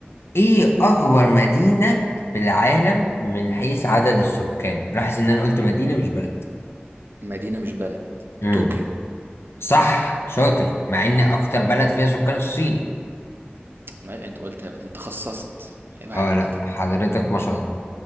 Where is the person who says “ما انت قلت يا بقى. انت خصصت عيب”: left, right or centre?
Right